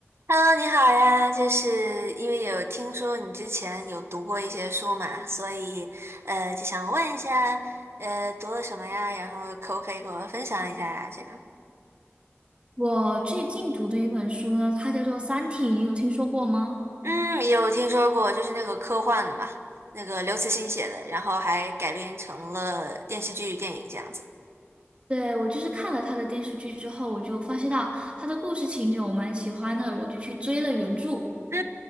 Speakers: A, on the right; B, on the right.
A: Hello，你好呀，就是因为有听说你之前有读过一些书嘛，所以呃就想问一下，呃读了什么呀？然后可不可以给我分享一下呀？这样，
B: 我最近读的一本书呢，它叫做《三体》，你有听说过吗？
A: 嗯，有听说过，就是那个科幻的嘛，那个刘慈欣写的，然后还改编成了电视剧、电影这样子。
B: 对，我就是看了它的电视剧之后，我就发现到它的故事情节我蛮喜欢的，我就去追了原著。
A: 嗯